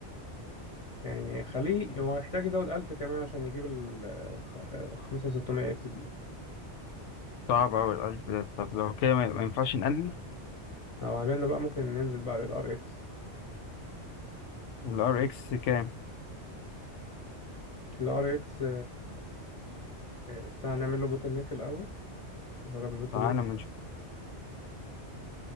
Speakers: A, on the left (about 35°); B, on the left (about 85°).
A: يعني خليه هو يحتاج يزود 1000 كمان عشان يجيب ال 5600 اكس دي
B: صعب أوي الألف ده طب لو كده ما ما ينفعش نقلل
A: لو عملنا بقى ممكن ننزل بقى للار اكس
B: الار اكس كام؟
A: الار اكس استنى نعمل له بوتل نيك الاول نجرب البوتل
B: فانا
A: نيك
B: من